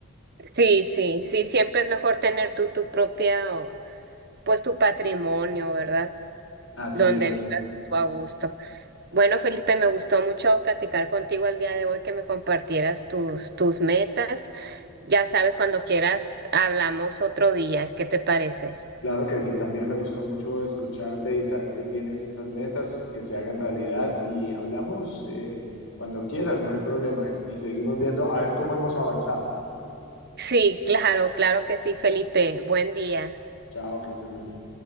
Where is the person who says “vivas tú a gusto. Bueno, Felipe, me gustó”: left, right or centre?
Right